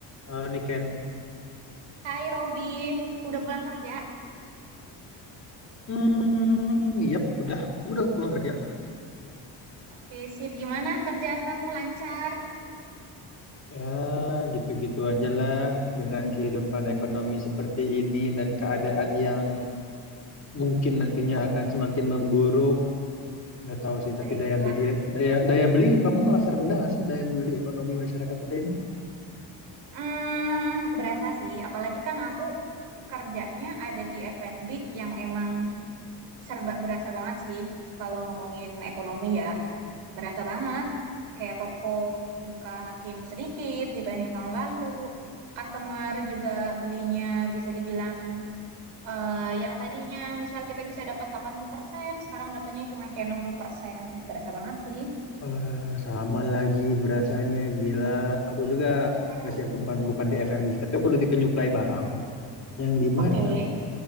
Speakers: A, on the left (about 35°); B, on the right (about 85°).
A: Eh, Niken.
B: Hai Robi, udah pulang kerja?
A: Hmm, iya, udah. Aku udah pulang kerja.
B: Oke, sip. Gimana kerjaan kamu lancar?
A: Ya, gitu-gitu aja lah dengan kehidupan ekonomi seperti ini dan keadaan yang mungkin nantinya akan semakin memburuk. Nggak tahu sih, tapi
B: Baiklah,
A: daya beli daya daya beli kamu ngerasa rendah nggak sih daya beli ekonomi masyarakat kita ini?
B: Hmm, berasa sih. Apalagi kan aku kerjanya ada di F&B yang emang serba berasa banget sih. Kalau ngomongin ekonomi ya, berasa banget. Kayak toko buka makin sedikit dibanding tahun lalu. Customer juga belinya bisa dibilang Eh, yang tadinya misal kita bisa dapat 80% sekarang dapatnya cuma kayak enam puluh persen Berasa banget sih.
A: Eh, sama lagi berasanya gila. Aku juga
B: Hmm,
A: nggak sih, aku bukan bukan di FMB, tapi aku lebih ke nyuplai barang yang di
B: oke.
A: mana